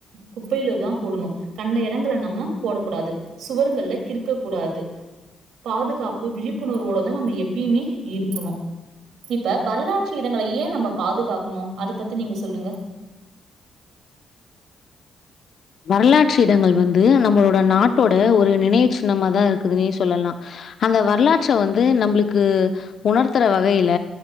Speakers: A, on the right; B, on the left.
A: குப்பையில தா போடணு கண்ட எடங்கள்ல நம்ம போடக்கூடாது சுவர்கள்ல கிறுக்க கூடாது பாதுகாப்பு விழிப்புணர்வோடதா நம்ம எப்பயுமே இருக்கணு இப்ப வரலாற்று இடங்கள ஏன் நம்ம பாதுகாக்கணு அத பத் நீங்க சொல்லுங்க
B: வரலாற்று இடங்கள் வந்து நம்மளோட நாட்டோட ஒரு நினைவு சின்னமா தா இருக்குதுன்னே சொல்லலா அந்த வரலாற்ற வந்து நம்மளுக்கு உணர்த்துற வகையில